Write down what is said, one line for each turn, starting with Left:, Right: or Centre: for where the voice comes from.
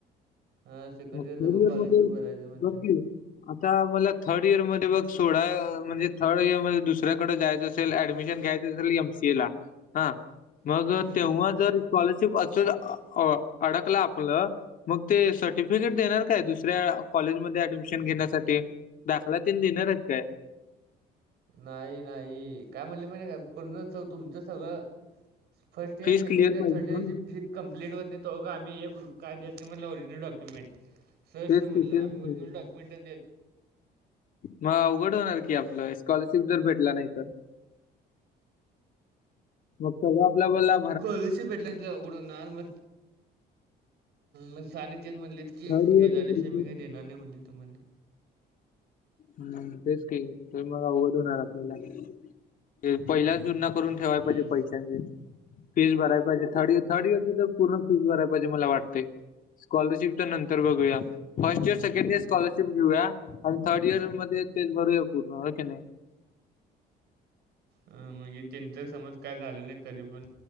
Right: हां सेकंड
Left: मग
Right: इयरचं
Left: थर्डइयर
Right: पण स्कॉलरशिप
Left: मध्ये
Right: भरायचं म्हणले
Left: बसशील आता मला थर्ड इयर मध्ये बग सोळा म्हणजे थर्ड इयर मध्ये दुसऱ्याकडें जायचं त्याला ऍडमिशन घ्यायच असल एम सी ए ला हा, मग
Right: हं.
Left: तेव्हा जर स्कॉलरशिप असल अह अडकल आपलं मग ते सर्टिफिकेट देणार काय दुसऱ्या कॉलेजमध्ये ऍडमिशन घेण्यासाठी? दाखला तीन देणार आहेत काय?
Right: नाही नाही काय म्हणलं माहिती आहे काय पूर्ण तुमचं सगळं first year,
Left: fees
Right: second
Left: clear
Right: year,
Left: पाहिजे
Right: थर्ड इयरची
Left: ना
Right: फी कंप्लीट होत नाही तोपर्यंत आम्ही एक काय देत नाही म्हणलं ओरिजनल डॉक्युमेंट सर अस
Left: तेच
Right: म्हणलं
Left: की, तेच
Right: आम्ही
Left: म्हणलं.
Right: ओरिजनल डक्युमेंट देत
Left: मग अवघड होणार की आपलं, स्कॉलरशिप जर भेटला नाही तर मग सगळं आपल्या बोलला
Right: स्कॉलरशिप भेटली नाही तर अवघड होणार म म सानेे तेच म्हणलेत की
Left: थर्ड
Right: हे
Left: इयरचे
Right: झालेशिकाय
Left: पैसे
Right: मी काही देणार नाही म्हणले तुम्हाला
Left: हम्म तेच के तर मग अवघड होणार आपल्याला ते पहिल्याच जुना करून ठेवाय
Right: हम्म
Left: पाहिजे पैशांचे फीस भराय पाहिजे. थर्ड इयर थर्ड इयरची तर पूर्ण फीस भराय पाहीजे मला वाटते स्कॉलरशिपच्या नंतर बघूया. First year, second year scholarship घेऊया थर्ड इयर मध्ये ते भरूया पूर्ण हो की नाही.
Right: अह मग त्याच समज काय झालं नाही कधी पण